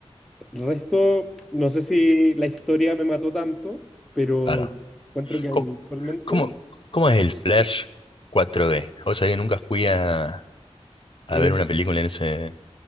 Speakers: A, in the centre; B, on the left.
A: Resto, no sé si la historia me mató tanto, pero
B: claro.
A: encuentro que audiovisualmente
B: Co- ¿Cómo, cómo es el flash cuatro d O sea, que nunca fui a, a
A: eh,
B: ver una película en ese,